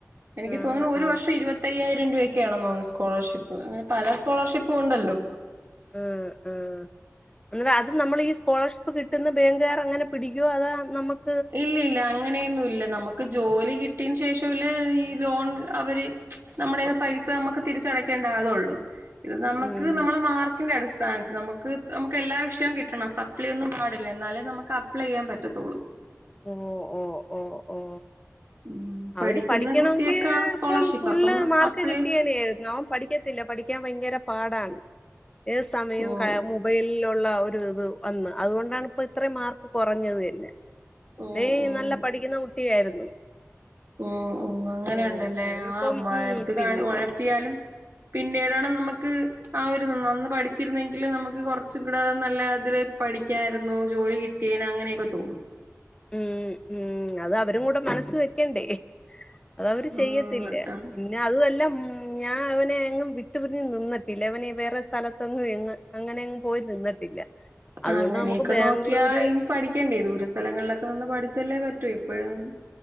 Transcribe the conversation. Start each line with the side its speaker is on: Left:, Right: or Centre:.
Right: എനിക്ക്
Left: ആ
Right: തോന്നുന്നു ഒരു
Left: ആ
Right: വർഷം ഇരുപത്തയ്യായിരം രൂപക്കെയാണെന്ന് തോന്നുന്നു സ്കോളർഷിപ്പ്. ഒ പല സ്കോളർഷിപ്പുണ്ടല്ലോ?
Left: ഉം ഉം എന്ന അത് നമ്മള് ഈ സ്കോളർഷിപ്പ് കിട്ടുന്ന ബേങ്ക് കര്ങ്ങനെ പിടിക്കുവോ അതാ നമ്മക്ക്
Right: ഇല്ല ഇല്ല അങ്ങനെയൊന്നുമില്ല നമക്ക് ക്ക് ജോലി കിട്ടിയന് ശേഷല്ലേ ഈ ലോൺ അവര് നമ്മുടയകെ പൈസ നമ്മക്ക് തിരിച്ചട ക്കെണ്ടതൊള്ളൂ ഇത് നമക്ക്
Left: ഉം
Right: നമ്മളെ മാർക്കിന്റെ അടിസ്ഥ. സ്ഥാനത്ത് നമക്ക് നമക്കെല്ലാ വിഷയവും കിട്ടണം സപ്ലി ഒന്നും പാടില്ല എന്നാലേ നമക്ക് അപ്ലൈയ്യാൻ പറ്റതൊള്ളൂ.
Left: ഓ ഓ ഓ ഓ
Right: ഉം പഠിക്കുന്ന
Left: അവന് പഠിക്കണെങ്കി
Right: കുട്ടിയൊക്കാണ് സ്കോളർഷിപ്പ്
Left: ഇപ്പം ഫുള്ള്
Right: അപ്പം
Left: മാർക്ക്
Right: അപ്ലൈ
Left: കിട്ടിയേനെയിരുന്നു. അവൻ പഠി പടിക്കത്തില്ല പഠിക്കാൻ ഭയങ്കര പാടാണ് ഏത് സമയോം
Right: ഉം
Left: മൊബൈലിലുള്ള ഒരു ഇത് വന്ന് അതുകൊണ്ടാണ്പ്പോ ഇത്രേം മാർക്ക് കൊറഞ്ഞത് ത്തന്നെ.
Right: ഉം
Left: ഡേ
Right: ഉം
Left: നല്ല പഠിക്ക്ന്ന കുട്ടിയായിരുന്നു.
Right: ഉം ഉം അങ്ങനെണ്ട്ല്ലേ
Left: ആഹ് അങ്ങനിപ്പം
Right: ആ മഴയത്ത്
Left: ഉം പിൻ
Right: ഒഴപ്പിയാലും. പിന്നീടാണ് നമ്മക്ക് ആ ഒര്അന്ന് പഠിച്ചിരുന്നെങ്കില് നമ്മക്ക് കൊറച്ചും കൂടെ നല്ല അതില്. പഠിക്കായിരുന്നു ജോലി കിട്ടിയേന അങ്ങനെയെക്കെ തോന്നും.
Left: ഉം ഉം അത് അവരുംകൂടെ മനസ്സ് വെക്കണ്ടേ? അതവര് ചെയ്യത്തില്ല
Right: ആഹ് അതാണ്
Left: പിന്നെ അതുംവല്ല ഉ ഞാഅവനെങ്ങും വി വിട്ട്പിരിഞ് നിന്നിട്ടില്ല അവനീവേറെ സ്ഥലത്തൊങ്ങും എങ്ങ അങ്ങനെ പോയി നിന്നിട്ടില്ല. അതുകൊണ്ട്
Right: അങ്ങനെയൊക്കെ
Left: നമുക്ക് ബാംഗ്ലൂര്
Right: നോക്കിയാ ഇനി പഠിക്കണ്ടേ ദൂരെ സ്ഥലങ്ങളിലൊക്കെ നിന്ന് പഠിച്ചല്ലേ പറ്റൂ എപ്പഴും.